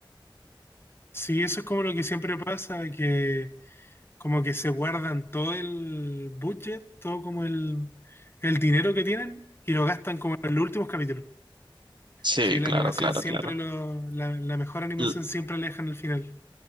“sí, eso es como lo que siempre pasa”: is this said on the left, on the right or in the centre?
Left